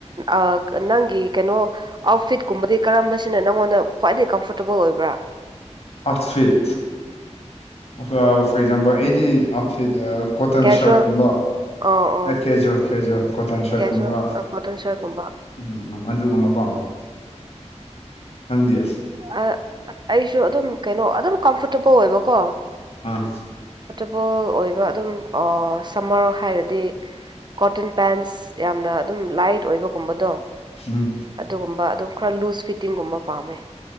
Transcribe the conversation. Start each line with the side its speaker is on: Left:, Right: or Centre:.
Right: ꯑ ꯑ ꯅꯪꯒꯤ ꯀꯩꯅꯣ ꯑꯥꯎꯠꯐꯤꯠꯀꯨꯝꯕꯗꯤ ꯀꯔꯝꯕꯁꯤꯅ ꯅꯪꯉꯣꯟꯗ ꯈ꯭ꯋꯥꯏꯗꯩ ꯀꯝꯐꯣꯔꯇꯦꯕꯜ ꯑꯣꯏꯕ꯭ꯔ
Left: ꯑꯥꯎꯠꯐꯤꯠ <unintelligible> ꯐꯣꯔ ꯑꯦꯛꯖꯥꯝꯄꯜ ꯑꯩꯗꯤ ꯑꯥꯎꯠꯐꯤꯠ ꯑ ꯀꯣꯇꯟ
Right: ꯀꯦꯖꯨꯋꯦꯜ
Left: ꯁꯔꯠꯀꯨꯝꯕ
Right: ꯑꯣ ꯑꯣ
Left: ꯑꯦ ꯀꯦꯖ꯭ꯋꯦꯜ ꯀꯦꯖ꯭ꯋꯦꯜ ꯀꯣꯇꯟ ꯁꯔꯠꯀꯨꯝꯕ
Right: ꯀꯦꯖꯨꯋꯦꯜ ꯀꯣꯇꯟ ꯁꯔꯠꯀꯨꯝꯕ
Left: <unintelligible> ꯑꯗꯨꯒꯨꯝꯕ ꯄꯥꯝꯃꯦ ꯅꯪꯗꯤ
Right: ꯑ ꯑꯩꯁꯨ ꯑꯗꯨꯝ ꯀꯩꯅꯣ ꯑꯗꯨꯝ ꯀꯝꯐꯣꯔꯇꯦꯕꯜ ꯑꯣꯏꯕꯀꯣ
Left: ꯑꯥ
Right: <unintelligible> ꯑꯣꯏꯕ ꯑꯗꯨꯝ ꯑꫭ ꯁꯝꯃꯔ ꯍꯥꯏꯔꯗꯤ ꯀꯣꯇꯟ ꯄꯦꯟ ꯑꯁ ꯌꯥꯝꯅ ꯑꯗꯨꯝ ꯂꯥꯏꯠ ꯑꯣꯏꯕꯒꯨꯝꯕꯗꯣ
Left: ꯎꯝ
Right: ꯑꯗꯨꯒꯨꯝꯕ ꯑꯗꯨꯝ ꯈꯔ ꯂꯨꯁ ꯐꯤꯠꯇꯤꯡꯒꯨꯝꯕ ꯄꯥꯝꯃꯦ